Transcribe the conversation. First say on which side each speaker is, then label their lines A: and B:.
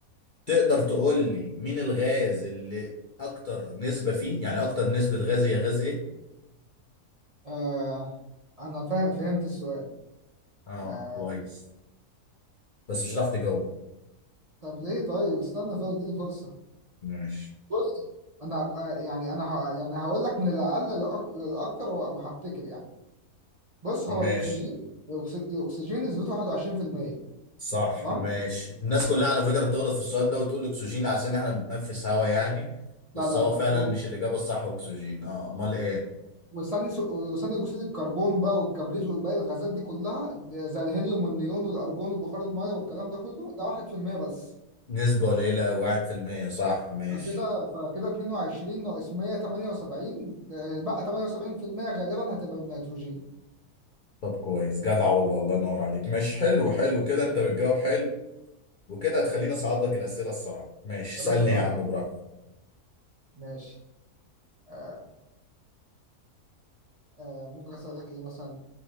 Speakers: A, on the left; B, on the right.
A: تقدر تقول لي مين الغاز اللي اكتر نسبه فيه يعني اكتر نسبه غاز هي غاز ايه
B: آه. انا فاهم فهمت السؤال
A: اه
B: آه.
A: كويس بس مش هتعرف تجاوب
B: طب ليه طيب استنى طيب اديني فرصة
A: ماشي
B: بص انا هبقى يعني انا ه... يعني هقول لك من الاقل للأك- للاكتر و- وهفتكر يعني بص هو
A: ماشي
B: الاكسجين الأكس- الاكسجين نسبته 21%
A: صح
B: تمام
A: ماشي الناس كلها على فكرة تغلط في السؤال ده وتقول اكسجين عشان احنا بنتنفس هوا يعني بس
B: لا لا
A: هو
B: لا
A: فعلا مش الإجابة الصح هو اكسجين اه امال ايه
B: وثاني س- وثاني اكسيد الكربون بقى والكبريت والباقي الغازات دي كلها ده- زي الهيليوم والنيون والارجون وبخار الميه والكلام ده كله ده 1% بس
A: نسبة قليلة واحد في المية صح ماشي
B: فكده فكده 22 ناقص 100 78 آه، بقى 78% غالبا هتبقى النيتروجين
A: طب كويس جدع والله الله ينور عليك ماشي حلو حلو كده انت بتجاوب حلو وكده هتخليني اصعب لك الأسئلة الصراحة ماشي
B: يا
A: اسألني
B: باشا يلا
A: يا عم براحتك
B: ماشي آه آه ممكن اسالك ايه مثلا